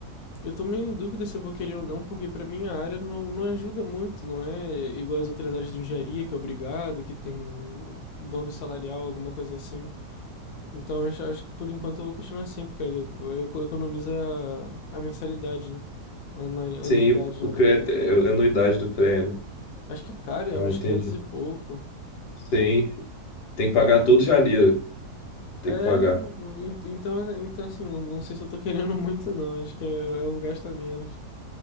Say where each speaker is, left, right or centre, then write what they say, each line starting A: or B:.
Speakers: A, on the left; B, on the left.
A: Eu tô meio em dúvida se eu vou querer ou não, porque pra minha área não, não ajuda muito, não é igual as outras áreas de engenharia, que é obrigado, que tem bônus salarial, alguma coisa assim. Então eu acho- que por enquanto eu vou continuar sem, porque economiza a, mensalidade, né? Anuidade,
B: Sim, o
A: na verdade.
B: CREA é é anuidade do CREA, né?
A: Acho que é caro, é
B: Ah,
A: uns
B: entendi.
A: 500 e pouco.
B: Sim, Tem que pagar todo janeiro. Tem
A: É,
B: que pagar.
A: então, então assim, não- não sei se eu tô querendo <laughs> muito não, acho que é, é um gasto a menos.